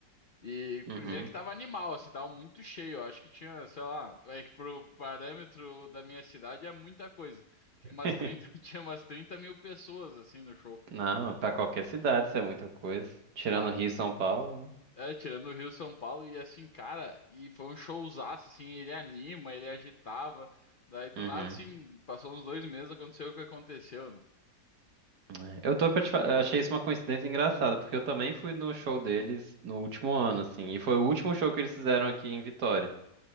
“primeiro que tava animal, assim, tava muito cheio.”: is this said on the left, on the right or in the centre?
Left